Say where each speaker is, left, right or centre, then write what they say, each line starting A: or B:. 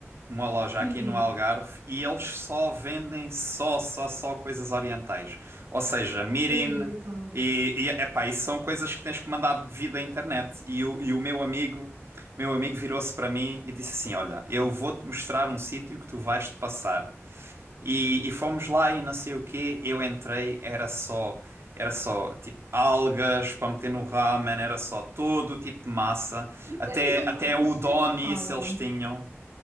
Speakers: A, on the right (about 60°); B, on the right (about 80°).
A: uma loja
B: Hum,
A: aqui no Algarve e eles só vendem só, só, só coisas orientais. Ou seja, mirin
B: aí é brutal.
A: e, e epá, isso são coisas que tens que mandar de vida à internet. E o, e o meu amigo, meu amigo virou-se para mim e disse assim: Olha, eu vou-te mostrar um sítio que tu vais-te passar. E, e fomos lá e não sei o quê, eu entrei, era só, era só tipo algas para meter no ramen, era só todo o tipo de massa,
B: Tu
A: até,
B: tens um,
A: até o
B: um supermercado,
A: udon isso eles tinham.